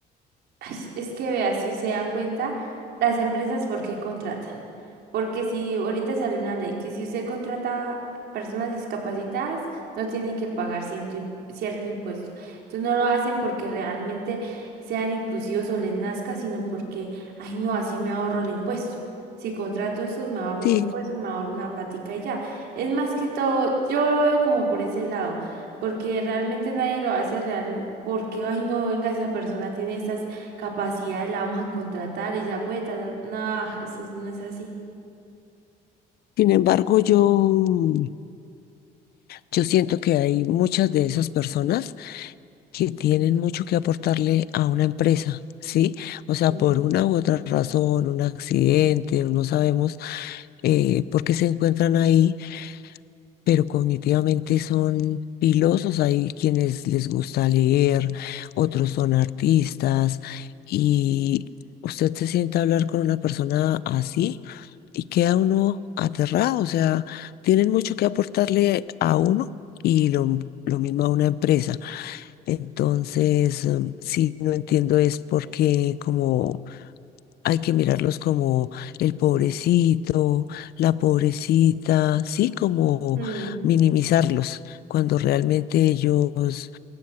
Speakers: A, on the right; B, on the left.
A: Ay, Es es que vea, si se da cuenta, las empresas, ¿por qué contratan? Porque si ahorita sale una ley que si usted contrata personas discapacitadas, no tiene que pagar ciento im- cierto impuesto. Entonces no lo hacen porque realmente sean inclusivos o les nazca, sino porque, ay no, así me ahorro el impuesto. Si contrato eso, me ahorro
B: Sí,
A: un impuesto, me ahorro una patica y ya. Es más que todo, yo lo veo como por ese lado, porque realmente nadie lo hace real, porque, ay no, venga, esa persona tiene estas capacidad la vamos a contratar, ella puede, ta, ta, ta. No, eso no es así.
B: sin embargo, yo, yo siento que hay muchas de esas personas que tienen mucho que aportarle a una empresa, ¿sí? O sea,
A: Sí.
B: por una u otra razón, un accidente, no sabemos eh, por qué se encuentran ahí, pero cognitivamente son pilosos. Hay quienes les gusta leer, otros son artistas, y usted se sienta a hablar con una persona así. Y queda uno aterrado, o sea, tienen mucho que aportarle a uno y lo, lo mismo a una empresa. Entonces, mm, sí, no entiendo es porque como hay que mirarlos como el pobrecito, la pobrecita, sí, como
A: Mm,
B: minimizarlos, cuando realmente ellos,